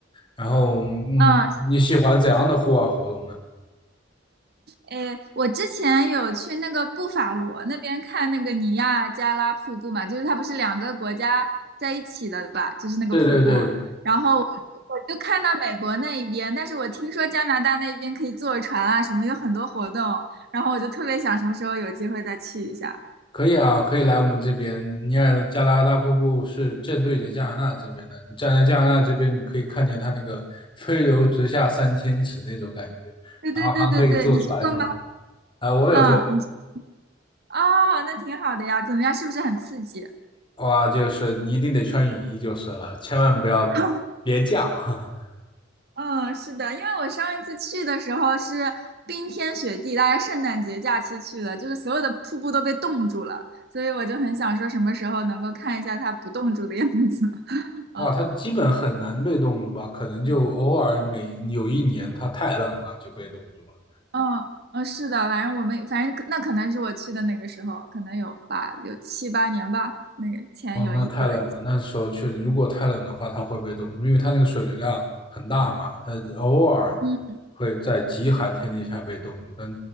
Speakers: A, on the left; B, on the right.
A: 然后，嗯，
B: 嗯，
A: 你喜欢怎样的户外活动呢？
B: 诶，我之前有去那个布法罗那边看那个尼亚加拉瀑布嘛，就是它不是两个国家在一起的吧，就是那个瀑布。
A: 对对对，
B: 然后我我就看到美国那一边，但是我听说加拿大那一边可以坐船啊，什么有很多活动，然后我就特别想什么时候有机会再去一下。
A: 可以啊，可以来我们这边。尼亚加拉大瀑布是正对着加拿大这边的，你站在加拿大这边，你可以看见它那个 <laughs> “飞流直下三千尺”那种感觉，
B: 对对对对对，
A: 然后还可以坐船什么
B: 你去过吗？
A: 的。啊、我有坐，
B: 嗯，你去哦，那挺好的呀，怎么样？是不是很刺激？
A: 哇，就是你一定得穿雨衣就是了，千万不要别降。
B: <laughs>
A: <laughs>
B: 嗯，是的，因为我上一次去的时候是冰天雪地，大家圣诞节假期去的，就是所有的瀑布都被冻住了，所以我就很想说什么时候能够看一下它不冻住的样子。<laughs> 嗯
A: 哇，它基本很难被冻住吧？可能就偶尔每有一年它太冷了就被冻住了。
B: 嗯嗯，是的，反正我们反正那可能是我去的那个时候，可能有吧，有七八年吧，那个前有一有一次，
A: 哦，那太冷了。那时候确实，如果太冷的话，它会被冻住，因为它那个水流量很大嘛，它偶尔
B: 嗯，
A: 会在极寒天气下被冻住，但